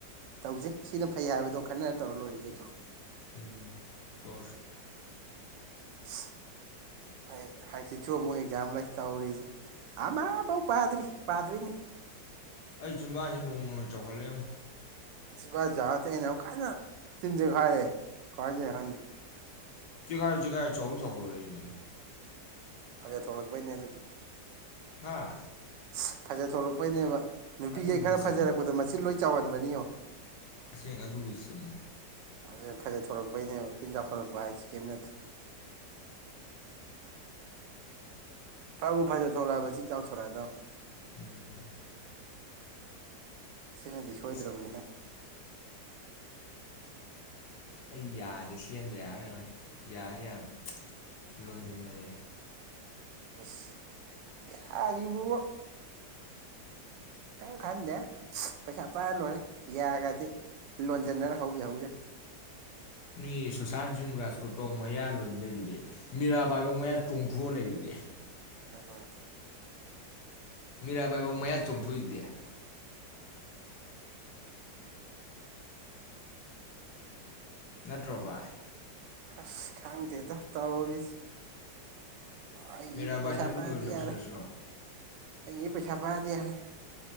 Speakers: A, on the right; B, on the left.
A: ꯇꯧꯁꯦ ꯁꯤꯅ ꯐꯩ ꯍꯥꯏꯕꯗꯣ ꯈꯟꯅꯔ ꯇꯧꯔ ꯂꯣꯏꯔꯦ ꯀꯩꯗꯧꯔꯒꯦ
B: ꯎꯨꯝ ꯇꯧꯔꯁꯤ
A: ꯁꯍ ꯑꯩ ꯍꯡꯆꯤꯠꯁꯨ ꯑꯃꯨꯛ ꯑꯦꯛꯖꯥꯝ ꯂꯩ ꯇꯧꯔꯤꯁꯦ ꯑꯃꯐꯥꯎ ꯄꯥꯗ꯭ꯔꯤ ꯄꯥꯗ꯭ꯣꯏꯅꯤ
B: ꯑꯩ ꯆꯤꯝꯕꯥꯁꯦ ꯅꯣꯡꯃ-ꯅꯣꯡꯃꯒꯤ ꯆꯥꯎꯈꯠꯂꯛꯑꯦꯉꯣ
A: ꯁꯤꯝꯕꯥꯜ ꯆꯥꯎ ꯅꯇꯦ ꯑꯩꯅ ꯑꯃꯨꯛ ꯀꯟꯅ ꯆꯤꯟ ꯆꯦꯈꯥꯏꯔꯦ ꯀꯃꯥꯏꯟ ꯇꯧꯔꯤꯅꯣ ꯈꯪꯗꯦ
B: ꯆꯦꯈꯥꯏꯁꯨ ꯆꯦꯈꯥꯏ ꯆꯧꯎꯁꯨ ꯆꯥꯎꯈꯠꯂꯦ ꯑꯩꯁꯦ
A: ꯐꯖ ꯊꯣꯛꯂꯛꯄꯩꯅꯦ ꯑꯗꯨꯗꯤ
B: ꯍꯥꯥ
A: ꯁꯍ- ꯐꯖꯥ ꯊꯣꯛꯂꯛꯄꯩꯅꯦꯕ ꯅꯨꯄꯤꯁꯦ
B: ꯑꯗꯨꯕꯨꯗꯤ
A: ꯈꯔ
B: ꯆꯨꯝꯕ
A: ꯐꯖꯔꯛꯄꯗ ꯃꯆꯤꯟ ꯂꯣꯏ ꯆꯥꯎꯒꯟꯕꯅꯤ ꯌꯣ
B: ꯑꯁꯦꯡ ꯑꯗꯨꯕꯨꯗꯤ ꯆꯨꯝꯃꯤ
A: ꯑꯗꯨ ꯐꯖ ꯊꯣꯂꯛꯄꯩꯅꯦ ꯆꯤꯟ ꯆꯥꯛꯈꯠꯂꯛꯄ ꯍꯥꯏꯁꯤ ꯀꯩꯝ ꯅꯠꯇꯦ ꯐꯕꯨ ꯐꯖ ꯊꯣꯔꯛꯑꯕ ꯆꯤꯟ ꯆꯥꯎꯊꯣꯔꯛꯑꯗꯣꯅꯤ
B: ꯎꯨꯝ
A: ꯁꯤꯅꯗꯤ ꯁꯣꯏꯗ꯭ꯔꯕꯅꯤꯍꯦ
B: ꯑꯁ ꯑꯩ ꯌꯥꯁꯦ ꯁꯦꯝꯗ ꯌꯥꯔꯔꯣꯏ ꯕꯥꯏ ꯌꯥꯖꯦ ꯌꯥꯝ ꯂꯣꯟꯖꯤꯟꯅꯔꯛꯑꯦ
A: ꯁꯍ- ꯌꯥꯒꯤꯕꯨ ꯀꯔꯤꯝ ꯈꯟꯗꯦ ꯁꯍ- ꯄꯩꯁꯥ ꯄꯥꯏꯔ ꯂꯣꯏꯔꯦ ꯌꯥꯒꯗꯤ ꯂꯣꯟꯖꯟꯅꯔ ꯍꯧꯒꯦ ꯍꯧꯖꯅꯨ
B: ꯃꯤ ꯁꯨꯁꯥꯟ ꯁꯤꯡ ꯔꯥꯖꯄꯨꯠ ꯄꯧ ꯃꯌꯥ ꯂꯣꯟꯖꯤꯟꯅꯩꯗꯨꯗꯤ ꯃꯤꯔꯥꯕꯥꯏꯕꯧ ꯃꯌꯥ ꯆꯣꯡꯊꯣꯛꯑ ꯂꯩꯗꯨꯗꯤ
A: ꯑꯗꯨ
B: ꯃꯤꯔꯥꯕꯥꯏꯕꯧ ꯃꯌꯥ ꯆꯣꯡꯊꯣꯛꯏꯗꯨꯗꯤ ꯅꯠꯇ꯭ꯔꯣ ꯚꯥꯏ
A: ꯑꯁ ꯈꯪꯗꯦꯗ ꯇꯧꯔꯤꯖꯦ ꯑꯩꯒꯤꯕꯨ
B: ꯃꯤꯔꯥꯕꯥꯏ
A: ꯄꯩꯁꯥ
B: ꯆꯅꯨꯗ
A: ꯄꯥꯏꯔꯗꯤ
B: ꯑꯣꯏꯅ ꯂꯧꯁꯤꯜꯂꯁꯤꯔꯣ
A: ꯌꯥꯔꯦ ꯑꯩꯒꯤꯕꯨ ꯄꯩꯁꯥ ꯄꯥꯏꯔꯗꯤ ꯌꯥꯔꯦ